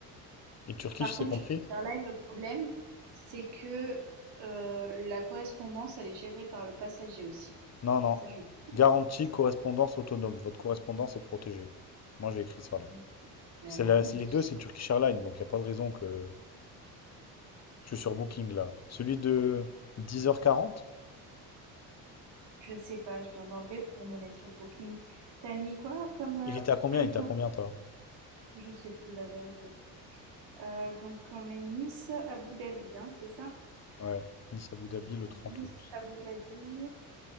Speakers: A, on the left (about 35°); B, on the right (about 60°).
A: Et Turkish,
B: Par
A: c'est
B: contre,
A: compris?
B: Turkish Airlines, le problème, c'est que euh, la correspondance, elle est gérée par le passager aussi.
A: Non, non.
B: Et ça, je déteste.
A: Garantie, correspondance autonome. Votre correspondance est protégée. Moi, j'ai écrit ça, là.
B: Mais euh,
A: C'est
B: moi,
A: la- c'est
B: ils me
A: les deux, c'est
B: pas.
A: Turkish Airlines, donc il n'y a pas de raison que... Je suis sur Booking, là. Celui de 10h40?
B: Je sais pas, je viens d'enlever pour me mettre sur Booking. T'as mis quoi comme, euh,
A: Il était à combien? Il était
B: <clears throat> comme...
A: à combien, toi?
B: Je sais plus la vérité. Euh, donc, on met Nice, Abu Dhabi, hein, c'est ça?
A: Ouais, Nice Abu Dhabi le
B: Donc,
A: 30
B: Nice,
A: août.
B: Abu Dhabi,